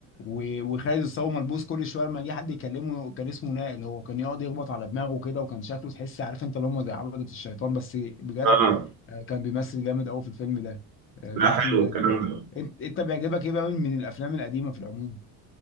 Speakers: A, on the left; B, on the right.
A: و- وخالد الصاوي ملبوس كل شوية لما يجي حد يكلمه كان اسمه نائل هو كان يقعد يخبط على دماغه كده وكان شكله تحس عارف انت اللي هم زي عبدة الشيطان بس بجد
B: اه
A: آه، كان بيمثل جامد قوي في الفيلم ده آه،
B: لا
A: ده الفيل
B: حلو
A: الازرق
B: الكلام ده
A: انت انت بيعجبك ايه بقى من من الافلام القديمة في العموم